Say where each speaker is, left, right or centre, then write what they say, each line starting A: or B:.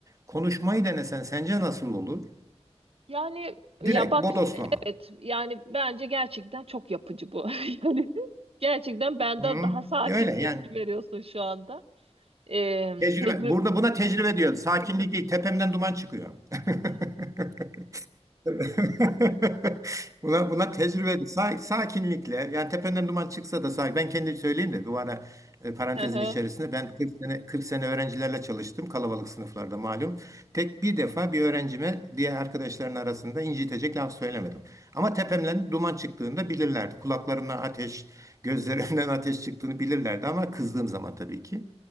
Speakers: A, on the right (about 30°); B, on the right (about 60°).
A: konuşmayı denesen sence nasıl olur?
B: Yani ya
A: Direkt
B: bak
A: bodoslama.
B: evet yani bence gerçekten çok yapıcı bu. <laughs> Yani gerçekten benden
A: Hı hı.
B: daha sakin
A: Öyle
B: tepki
A: yani.
B: veriyorsun şu anda. Ee,
A: Tecrübe.
B: tecrübe.
A: Burada buna tecrübe diyoruz. Sakinlik değil, tepemden duman çıkıyor. <laughs> <laughs> Buna, buna tecrübe, sa- sakinlikle, yani tependen duman çıksa da sakin. Ben kendi söyleyeyim de bu ara e, parantezin
B: <laughs>
A: içerisinde ben 40 sene, 40 sene öğrencilerle çalıştım kalabalık sınıflarda malum. Tek bir defa bir öğrencime diğer arkadaşların arasında incitecek laf söylemedim. Ama tepemden duman çıktığında bilirlerdi. Kulaklarımdan ateş, gözlerimden <laughs> ateş çıktığını bilirlerdi ama kızdığım zaman tabii ki.